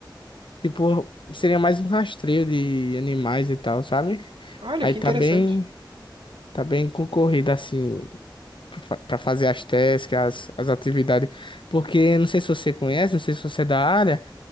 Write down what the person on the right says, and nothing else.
Olha,
que
interessante.